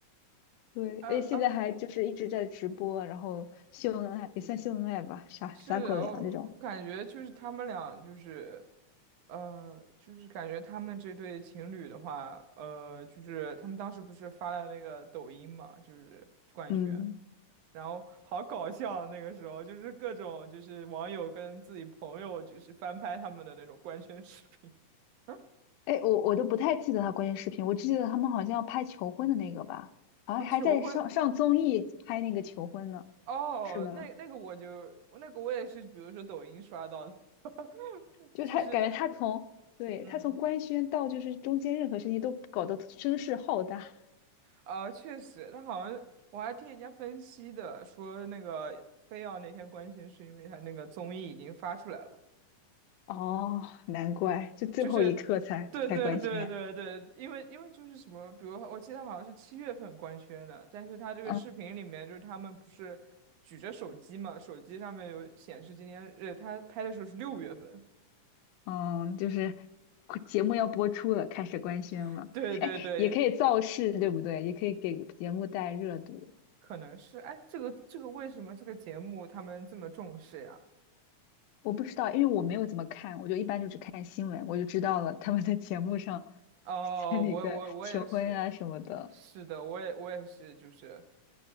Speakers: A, on the left; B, on the right.
A: 对，
B: 嗯嗯，
A: 而且现在还就是一直在直播，然后秀恩爱也算秀恩爱吧，撒撒狗粮这种。
B: 是，我感觉就是他们俩，就是，呃，就是感觉他们这对情侣的话，呃，就是他们当时不是发了那个抖音嘛，就是官宣，
A: 嗯，
B: 然后好搞笑，那个时候就是各种就是网友跟自己朋友就是翻拍他们的那种官宣视频。<laughs>
A: 哎，我我都不太记得他关键视频，我只记得他们好像要拍求婚的那个吧，啊，
B: 啊，
A: 还在上上综艺拍那个求婚呢，
B: 求婚哦，
A: 是吗？
B: 那那个我就那个我也是，比如说抖音刷到的，<laughs>
A: 就他感觉他从对他从官宣到就是中间任何事情都搞得声势浩大。
B: 就是嗯呃，确实，他好像我还听人家分析的，说那个非要那天官宣是因为他那个综艺已经发出来了，
A: 哦，难怪就最后一刻才才官宣。
B: 嗯，就是对对对对对，因为因为就是什么，比如我记得好像是七月份官宣的，但是他这个视频里面就是他们不是举着手机嘛，
A: 嗯。
B: 手机上面有显示今天，呃，他拍的时候是六月份。
A: 嗯，就是节目要播出了，开始官宣了。
B: <laughs> 对对对，
A: 哎，也可以造势，对不对？也可以给节目带热度。
B: 可能是，哎，这个这个为什么这个节目他们这么重视呀？
A: 我不知道，因为我没有怎么看，我就一般就只看新闻，我就知道了他们在节目上
B: 哦，
A: <laughs> 在那个求婚啊什么的。
B: 我我我也是，是的，我也我也是，就是，